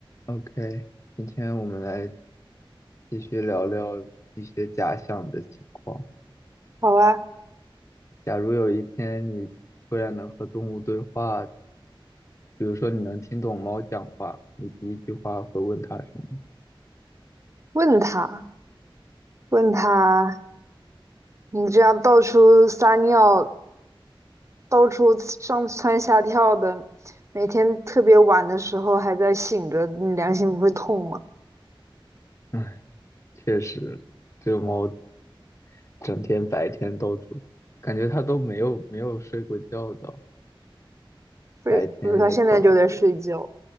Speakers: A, on the left; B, on the right.
A: OK，今天我们来继续聊聊一些假想的情况。
B: 好啊，
A: 假如有一天你突然能和动物对话，比如说你能听懂猫讲话，你第一句话会问它什么？
B: 问他，问他，你这样到处撒尿，到处上蹿下跳的，每天特别晚的时候还在醒着，你良心不会痛吗？
A: 唉，确实，这猫整天白天到处，感觉它都没有没有睡过觉的，
B: 不，
A: 白天也到处跑。
B: 是，不是他现在就在睡觉，